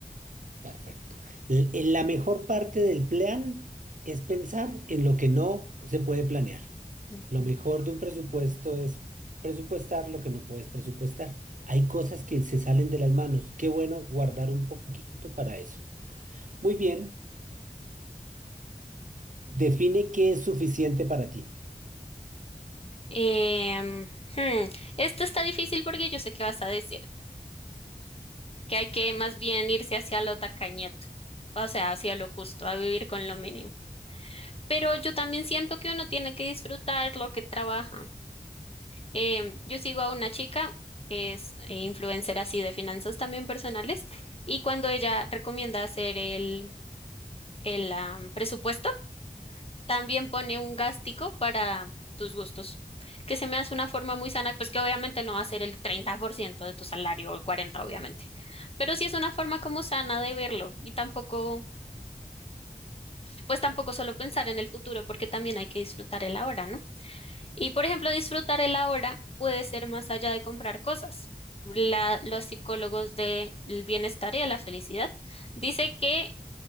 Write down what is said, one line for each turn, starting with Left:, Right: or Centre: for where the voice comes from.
Right: perfecto. L- en La mejor parte del plan es pensar en lo que no se puede planear.
Left: Ujú.
Right: Lo mejor de un presupuesto es presupuestar lo que no puedes presupuestar. Hay cosas que se salen de las manos. Qué bueno guardar un poquito para eso. Muy bien, define qué es suficiente para ti.
Left: Em, hmm, esto está difícil porque yo sé qué vas a decir, que hay que más bien irse hacia lo tacañeto, o sea, hacia lo justo, a vivir con lo mínimo. Pero yo también siento que uno tiene que disfrutar lo que trabaja. Em, yo sigo a una chica que es eh, influencer así de finanzas también personales y cuando ella recomienda hacer el, el ah, presupuesto, También pone un gástico para tus gustos, que se me hace una forma muy sana, pues que obviamente no va a ser el 30% de tu salario o el 40, obviamente, pero sí es una forma como sana de verlo y tampoco, pues tampoco solo pensar en el futuro, porque también hay que disfrutar el ahora, ¿no? Y por ejemplo, disfrutar el ahora puede ser más allá de comprar cosas. La- los psicólogos del bienestar y de la felicidad dice que